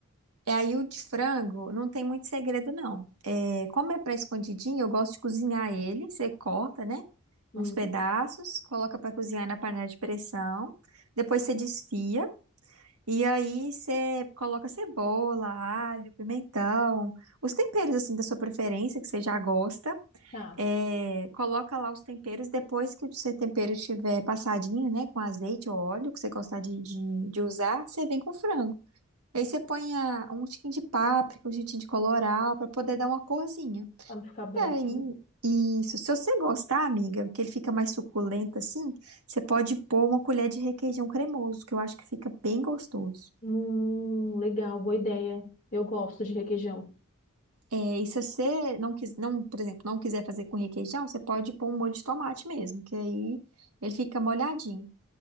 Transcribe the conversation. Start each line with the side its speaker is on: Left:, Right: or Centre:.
Right: E aí o de frango não tem muito segredo, não. É, como é para escondidinho, eu gosto de cozinhar ele. Você corta, né?
Left: Hum,
Right: Uns pedaços, coloca para cozinhar na panela de pressão. Depois você desfia. E aí você coloca cebola, alho, pimentão, os temperos assim da sua preferência, que você já gosta.
Left: tá,
Right: É, coloca lá os temperos. Depois que o seu tempero estiver passadinho, né? Com azeite ou óleo, que você gostar de, de de usar, você vem com o frango. Aí você põe a- um tiquinho de páprica, um tiquinho de colorau, pra poder dar uma corzinha.
Left: pra não ficar branco,
Right: E aí,
Left: né?
Right: isso. Se você gostar, amiga, que ele fica mais suculento assim, você pode pôr uma colher de requeijão cremoso, que eu acho que fica bem gostoso.
Left: Hum, legal, boa ideia. Eu gosto de requeijão.
Right: É, e se você não quis, não, por exemplo, não quiser fazer com requeijão, você pode pôr um molho de tomate mesmo, que aí ele fica molhadinho.